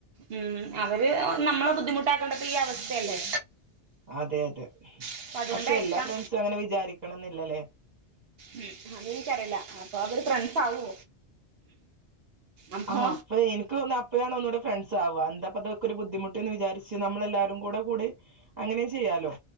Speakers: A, on the right; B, on the right.
A: ഉം അവര് നമ്മളെ ബുദ്ധിമുട്ടാക്കേണ്ട പ്പയി അവസ്ഥയല്ലേ
B: അതെ അതെ
A: അപ്പൊ അതുകൊണ്ടായിരിക്കാം
B: പക്ഷെ എല്ലാ ഫ്രണ്ട്സും അങ്ങനെ വിചാരിക്കണംന്നില്ലല്ലേ
A: ഉം അതെൻക്കറിയില്ല അപ്പൊ അവര് ഫ്രണ്ട്സ് ആവോ? അപ്പൊ
B: ആഹ് പ്പൊ എനിക്കോന്ന അപ്പം ഞാൻ ഒന്നൂടെ ഫ്രണ്ട്സാവ എന്താപ്പൊരു ബുദ്ധിമുട്ട്ന്ന് വിചാരിച്ച് നമ്മളെല്ലാരും കൂടെ കൂടിം അങ്ങനെ ചെയ്യാലോ